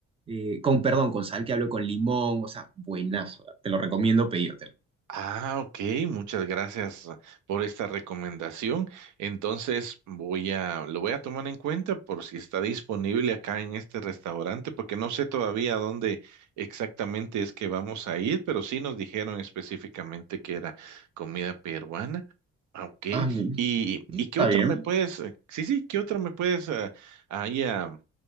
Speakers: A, on the right; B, on the right.
A: eh, con, perdón, con sal que hablo con limón, o sea, buenazo, te lo recomiendo pedírtelo.
B: Ah, ok, muchas gracias por esta recomendación. Entonces voy a, lo voy a tomar en cuenta por si está disponible acá en este restaurante, porque no sé todavía a dónde exactamente es que vamos a ir, pero sí nos dijeron específicamente que era comida peruana. Ah, Ok,
A: Ah, mm,
B: ¿y,
A: está
B: y qué otro
A: bien.
B: me puedes, eh, sí, sí, qué otro me puedes eh, ahí ah,